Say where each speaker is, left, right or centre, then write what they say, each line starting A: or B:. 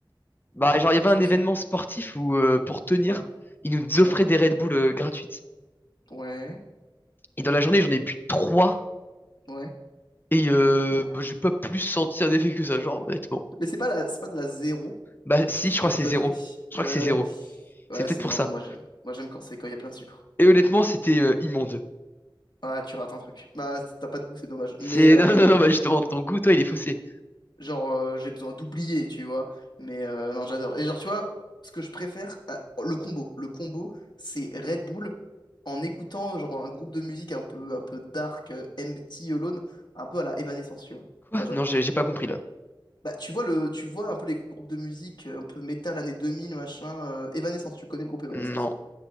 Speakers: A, on the left (about 25°); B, on the left (about 60°).
A: Bah, genre, il y avait
B: Qu'est-ce
A: un
B: que
A: événement
B: c'est?
A: sportif où, euh, pour tenir,
B: Ouais,
A: ils nous offraient
B: ouais,
A: des Red Bull euh, gratuites.
B: ouais,
A: Et dans la journée, j'en ai bu trois.
B: ouais.
A: Et euh, bah, j'ai pas plus senti un effet que ça, genre, honnêtement.
B: Mais c'est pas la... c'est pas de la zéro,
A: Bah si,
B: si je
A: je
B: dis
A: crois
B: pas
A: que
B: de
A: c'est
B: conneries.
A: zéro. Je
B: Et
A: crois
B: Ouais,
A: que c'est
B: ouais.
A: zéro.
B: Ouais,
A: C'est peut-être
B: c'est
A: pour
B: moi,
A: ça.
B: bon, moi j'aime moi, j'aime quand c'est quand il y a plein de sucre.
A: Et honnêtement, c'était euh, immonde.
B: Ah, tu rates un truc. Bah, t'as pas de goût, c'est dommage.
A: C'est
B: Mais, euh,
A: <laughs> non non non bah justement ton goût toi il est faussé.
B: Genre, euh, j'ai besoin d'oublier, tu vois. Mais euh, non, j'adore. Et genre, tu vois, ce que je préfère, euh, le combo. Le combo, c'est Red Bull en écoutant genre un groupe de musique un peu, un peu dark, euh, Empty Alone, un peu à la Evanescence, tu vois.
A: Quoi?
B: Ça, j'adore.
A: Non, j'ai j'ai pas compris là.
B: Bah, tu vois, le, tu vois un peu les groupes de musique euh, un peu métal années 2000 machin. euh, Evanescence, tu connais le groupe Evanescence.
A: Non.